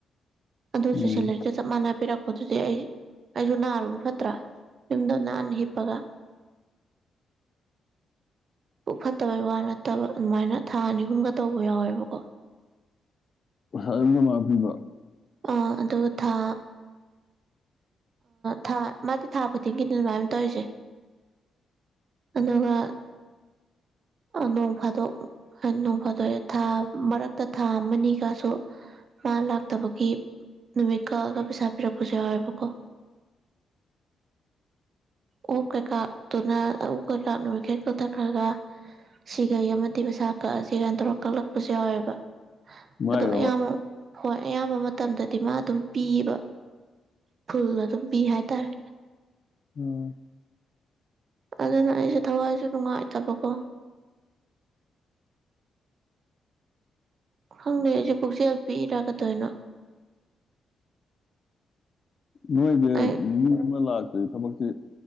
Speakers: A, on the right; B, on the left.
A: ꯑꯗꯨꯣꯂ
B: ꯎꯝ
A: ꯃꯅꯥ ꯄꯔ ꯑꯗꯨꯗꯤ ꯑꯩ ꯑꯩꯁꯨ ꯅꯥꯔꯨꯕ ꯐꯠꯇ꯭ꯔꯥ ꯌꯨꯝꯗ ꯅꯥꯟꯅ ꯍꯤꯞꯄꯒ ꯄꯨꯛ ꯐꯠꯇꯕꯩ ꯋꯥ ꯅꯠꯇꯕ ꯑꯗꯨꯃꯥꯏꯅ ꯊꯥ ꯑꯅꯤ ꯑꯍꯨꯝꯒ ꯇꯧꯕ ꯌꯥꯎꯋꯦꯕꯀꯣ
B: ꯔꯗꯤ ꯃꯥ ꯄꯤꯕ
A: ꯑꯥ ꯑꯗꯨꯒ ꯊꯥ ꯊꯥ ꯃꯥꯗꯤ ꯊꯥ ꯈꯨꯗꯤꯡꯒꯤꯗꯤ ꯑꯗꯨꯃꯥꯏꯅ ꯇꯧꯔꯤꯁꯦ ꯑꯗꯨꯒ ꯅꯣꯡ ꯐꯥꯗꯣꯛ ꯍꯥꯏ ꯅꯣꯡ ꯐꯥꯗꯣꯛꯑꯦ ꯊꯥ ꯃꯔꯛꯇ ꯊꯥ ꯑꯃꯅꯤꯅꯤꯒꯁꯨ ꯃꯥ ꯂꯥꯛꯇꯕꯒꯤ ꯅꯨꯃꯤꯠꯀꯒ ꯄꯩꯁꯥ ꯄꯤꯔꯛꯄꯁꯨ ꯌꯥꯎꯋꯦꯕꯀꯣ ꯑꯣꯞ ꯀꯩꯀꯥꯇꯨꯅ ꯎꯞ ꯀꯩꯀꯥ ꯅꯨꯃꯤꯠꯈꯩ ꯀꯛꯊꯠꯈ꯭ꯔꯒ ꯁꯤꯈꯩ ꯑꯃꯗꯤ ꯃꯩꯁꯥ ꯀꯛꯑꯁꯤ ꯀꯥꯏꯅ ꯇꯧꯔ ꯀꯛꯂꯛ ꯎ ꯌꯥꯎꯋꯦꯕ
B: ꯃꯥꯏꯔꯕ
A: ꯑꯗꯣ ꯑꯌꯥꯝꯕ ꯍꯣꯏ ꯑꯌꯥꯝꯕ ꯃꯇꯝꯗꯗꯤ ꯃꯥ ꯑꯗꯨꯝ ꯄꯤꯕ ꯐꯨꯜ ꯑꯗꯨꯝ ꯄꯤ ꯍꯥꯏꯇꯥꯔꯦ
B: ꯎꯝ
A: ꯑꯗꯨꯗꯅ ꯑꯩꯁꯦ ꯊꯋꯥꯏꯁꯨꯦ ꯅꯨꯡꯉꯥꯏ ꯇꯕꯀꯣ ꯍꯪꯁꯨ ꯈꯁꯤ ꯄꯤꯔꯒꯗꯣꯏꯅꯣ
B: ꯅꯣꯏ
A: ꯑꯩ
B: ꯂꯥꯛ ꯑ ꯊꯕꯛꯁꯤ